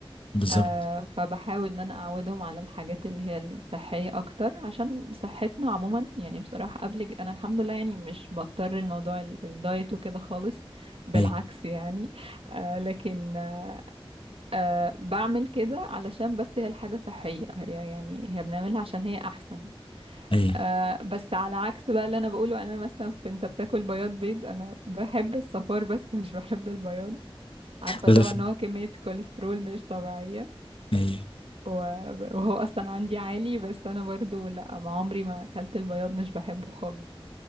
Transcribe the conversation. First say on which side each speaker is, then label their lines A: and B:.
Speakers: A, on the left; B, on the right.
A: بالظبط
B: آه فبحاول ان انا اعودهم على الحاجات اللي هي الصحية اكتر عشان صحتنا عموما يعني بصراحة قبل ج- انا الحمد لله يعني مش بضطر الموضوع ال- الدايت وكده خالص بالعكس
A: أيوة
B: يعني آه لكن آه آه بعمل كده علشان بس هي الحاجة صحية هي يعني هي بنعملها عشان هي احسن
A: أيوة
B: آه بس على عكس بقى اللي انا بقوله انا مثلا في انت بتاكل بياض بيض انا بحب الصفار بس مش بحب البياض عارفة
A: لف
B: طبعا ان هو كمية كوليسترول مش طبيعية
A: أيوة
B: و- وهو اصلا عندي عالي بس انا برضو لا ما عمري ما اكلت البياض مش بحبه خالص